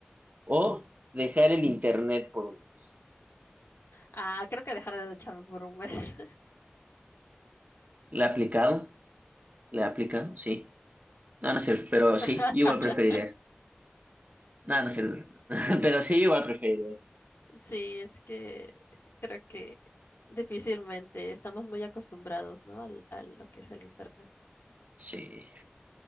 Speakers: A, on the right (about 40°); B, on the left (about 80°).
A: o dejar el internet por un mes?
B: Ah, creo que dejaré de ducharme por un mes.
A: ¿Le ha aplicado? ¿Le ha aplicado? Sí. No, no es cierto, pero sí,
B: <laughs>
A: yo igual
B: Ala.
A: preferiría eso. No, no es cierto. <laughs> Pero sí, yo igual preferiría
B: Sí, es que creo que difícilmente estamos muy acostumbrados, ¿no? Al- a lo que es el internet.
A: Sí,